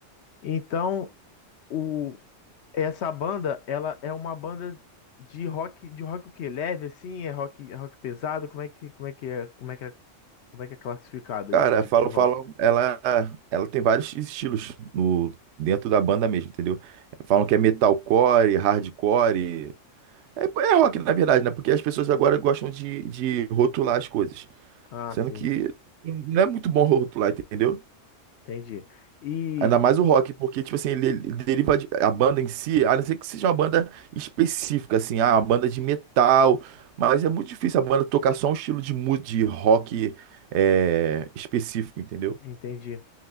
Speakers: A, on the left (about 65°); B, on the right (about 65°).
A: Então, o Essa banda, ela é uma banda de rock, de rock o quê? Leve assim? É rock, é rock pesado? Como é que, como é que é, como é que é, como é que é classificado
B: Cara,
A: esse tipo
B: falo,
A: de rock?
B: falo, ela, ela tem vários estilos no, dentro da banda mesmo, entendeu? Falam que é metalcore, hardcore. É, é rock, na verdade, né? Porque as pessoas agora gostam de, de rotular as coisas.
A: Ah,
B: Sendo
A: sim,
B: que não é muito bom rotular, entendeu?
A: entendi. E
B: Ainda mais o rock, porque, tipo assim, ele, ele deriva de, a banda em si, a não ser que seja uma banda específica, assim, ah, uma banda de metal, mas é muito difícil a banda tocar só um estilo de, mu- de rock é, específico, entendeu?
A: entendi,